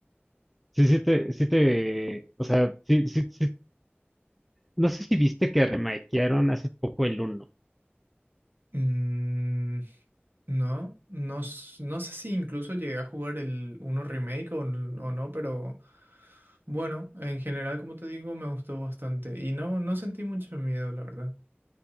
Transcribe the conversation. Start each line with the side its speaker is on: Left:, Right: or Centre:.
Centre: Sí, sí te, sí te, o sea, sí, sí, sí- no sé si viste que remakearon hace poco el uno
Right: Mm, no, no, s- no sé si incluso llegué a jugar el uno remake o, n- o no, pero bueno, en general, como te digo, me gustó bastante y no, no sentí mucho miedo, la verdad.